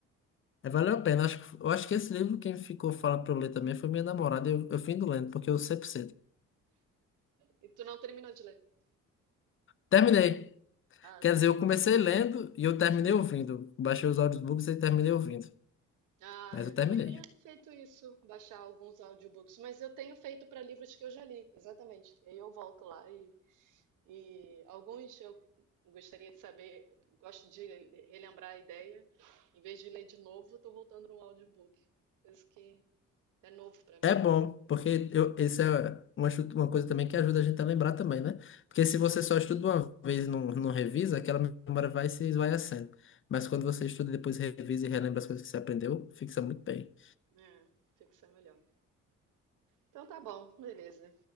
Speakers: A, on the left; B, on the right.
A: É, valeu a pena. Acho, que- eu acho que esse livro, quem ficou falando pra eu ler também foi minha namorada. Eu, eu fui indo lendo, porque eu sempre cedo.
B: E tu não terminou de ler?
A: Terminei.
B: Ah,
A: Quer
B: sim.
A: dizer, eu comecei lendo e eu terminei ouvindo. Baixei os audiobooks e terminei ouvindo.
B: Ah,
A: Mas
B: eu
A: eu terminei.
B: também tenho feito isso, baixar alguns audiobooks, mas eu tenho feito para livros que eu já li, exatamente. Que aí eu volto lá e E alguns eu gostaria de saber, gosto de relembrar a ideia. Em vez de ler de novo, estou voltando no audiobook, coisa que é novo para mim
A: É bom,
B: agora.
A: porque eu, isso é uma, chu- uma coisa também que ajuda a gente a lembrar também, né? Porque se você só estuda uma vez e não, não revisa, aquela memória vai se esvaiecendo. Mas quando você estuda e depois revisa e relembra as coisas que você aprendeu, fixa muito bem.
B: É, fixa melhor. Então tá bom, beleza.